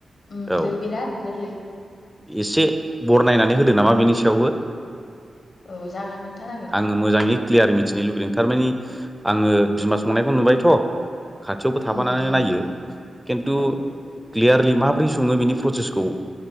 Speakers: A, on the left; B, in the centre.
A: उम
B: औ
A: बिराद गोरलै
B: एसे बरनायनायनानै होदो नामा बेनि सायावबो।
A: औ जागोन नोंथां जागोन
B: आङो मोजाङै क्लियार मिथिनो लुबैदों थारमाने आङो बिमा संनायखौ नुबायथ'। खाथियावबो थाफानानै
A: उम उम
B: नायो खिन्थु
A: उम
B: क्लियारलि माब्रै सङो बेनि प्रसेसखौ